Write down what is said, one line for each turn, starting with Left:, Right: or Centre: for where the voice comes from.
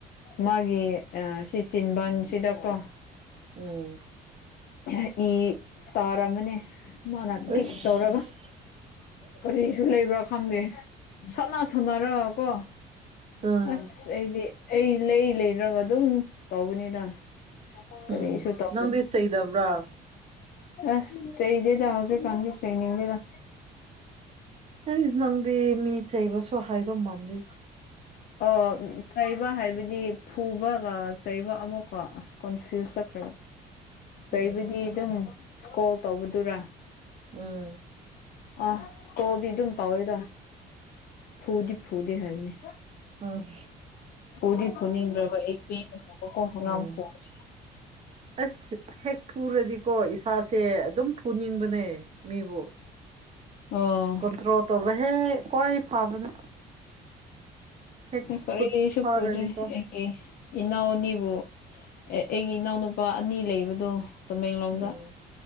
Left: ꯃꯥꯒꯤ ꯑꯥ ꯁꯤ ꯆꯤꯟꯕꯥꯟꯁꯤꯗꯀꯣ
Right: ꯎꯝ
Left: ꯑꯍꯝ ꯏ ꯇꯥꯔꯝꯕꯅꯦ ꯃꯥꯅ ꯀꯤꯛ
Right: ꯑꯁ
Left: ꯇꯧꯔꯒ ꯀꯔꯤꯁꯨ ꯂꯩꯕ꯭ꯔꯥ ꯈꯪꯗꯦ <inaudible> ꯁꯥꯟꯅ ꯁꯅꯔꯒ ꯀꯣ
Right: ꯎꯝ
Left: ꯑꯁ ꯑꯩꯗꯤ ꯑꯩ ꯂꯩ ꯂꯩꯔꯒ ꯑꯗꯨꯝ ꯇꯧꯕꯅꯤꯗ ꯀꯔꯤꯁꯨ
Right: ꯎꯝ
Left: ꯇꯧ
Right: ꯅꯪꯗꯤ ꯆꯩꯗꯕ꯭ꯔꯥ <inaudible>
Left: ꯑꯁ ꯆꯩꯗꯦꯗ ꯍꯧꯖꯤꯛ ꯀꯥꯟꯗꯤ ꯆꯩꯅꯤꯡꯗꯦꯗ
Right: ꯍꯩ ꯅꯪꯗꯤ ꯃꯤ ꯆꯩꯕꯁꯨ ꯍꯩꯗꯧ ꯃꯥꯟꯗꯦꯗ
Left: ꯑꯣ ꯎꯝ ꯎꯝ ꯆꯩꯕ ꯍꯥꯏꯕꯗꯤ ꯐꯨꯕꯒ ꯆꯩꯕ ꯑꯃꯨꯛꯀ ꯑꯁ ꯀꯣꯟꯐ꯭ꯌꯨꯁ ꯆꯠ ꯆꯩꯕꯨꯗꯤ
Right: ꯎꯝ
Left: ꯑꯗꯨꯝ ꯁꯀꯣꯜ ꯇꯧꯕꯗꯨꯔꯥ
Right: ꯎꯝ
Left: ꯑꯥ ꯏꯁꯀꯦꯜꯗꯤ ꯑꯗꯨꯝ ꯇꯧꯋꯦꯗ ꯐꯨꯗꯤ ꯐꯨꯗꯦ ꯍꯥꯏꯕꯅꯤ
Right: ꯑ ꯍꯨꯝ
Left: ꯐꯨꯗꯤ ꯐꯨꯅꯤꯡꯗ꯭ꯔꯦꯕ ꯑꯩ ꯄꯦꯟꯅ ꯆꯩꯕꯀꯣ ꯑꯉꯥꯡ
Right: ꯎꯝ
Left: ꯐꯨꯕꯖꯦ
Right: ꯑꯁ ꯍꯦꯛ ꯐꯨꯔꯗꯤꯀꯣ ꯏꯁꯥꯁꯦ ꯑꯗꯨꯝ ꯐꯨꯅꯤꯡꯕꯅꯦ ꯃꯤꯕꯨ
Left: ꯑꯣ
Right: ꯀꯟꯇ꯭ꯔꯣ ꯇꯧꯕ ꯍꯦ ꯀꯋꯥꯏ ꯐꯕꯅꯦ ꯍꯦꯛ
Left: ꯀꯔꯤꯁꯨ
Right: ꯈꯨꯠ ꯊꯥꯔꯗꯤꯀꯣ
Left: ꯄꯨꯗ꯭ꯔꯤ ꯑꯩ ꯏꯅꯥꯎ ꯑꯅꯤꯕꯨ ꯑꯦ ꯑꯩꯒꯤ ꯏꯅꯥꯎꯅꯨꯄꯥ ꯑꯅꯤ ꯂꯩꯕꯗꯣ ꯇꯃꯦꯡꯂꯣꯡꯗ
Right: ꯎꯝ